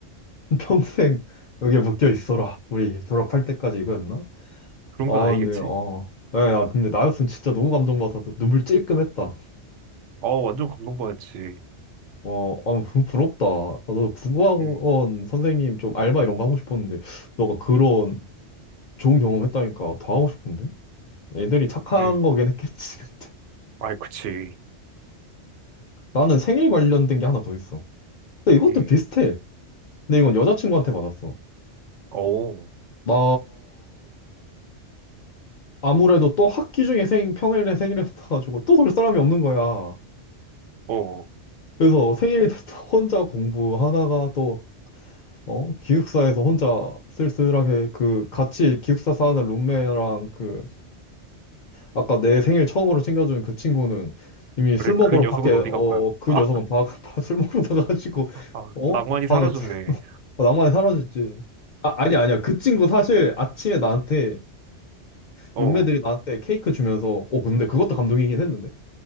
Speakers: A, on the left; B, on the right.
A: <laughs> 평생 여기에 묶여 있어라. 우리 졸업할 때까지 이거였나?
B: 그런
A: 아
B: 건 아니겠지?
A: 근데 어. 야, 야, 근데 나였으면 진짜 너무 감동받아서 눈물 찔끔했다.
B: 아, 완전 감동받았지.
A: 어, 아, 부- 부럽다. 아, 나도 국어학원
B: 음,
A: 선생님 좀 알바 이런 거 하고 싶었는데, 너가 그런 좋은 경험 했다니까 더 하고 싶은데? 애들이 착한
B: 음.
A: 거긴 했겠지, <laughs> 근데.
B: 아이, 그치.
A: 나는 생일 관련된 게 하나 더 있어. 근데 이것도
B: 음.
A: 비슷해. 근데 이건 여자친구한테 받았어.
B: 어,
A: 나 아무래도 또 학기 중에 생, 평일에 생일이 붙어가지고 또 놀 사람이 없는 거야.
B: 어.
A: 그래서 생일에 또 혼자 공부하다가 또, 어, 기숙사에서 혼자 쓸쓸하게 그 같이 기숙사 사는 룸메랑 그 아까 내 생일 처음으로 챙겨준 그 친구는 이미 술
B: 그래,
A: 먹으러
B: 그 녀석은
A: 밖에,
B: 어디
A: 어,
B: 간 거야? <laughs>
A: 그
B: 아,
A: 녀석은 바, <laughs> 바- 술 먹으러 나가가지고,
B: 아,
A: 어,
B: 낭만이
A: 방에
B: 사라졌네.
A: 드- 낭만이 사라졌지. 아, 아니야, 아니야. 그 친구 사실 아침에 나한테
B: 어.
A: 룸메들이 나한테 케이크 주면서, 어, 근데 그것도 감동이긴 했는데.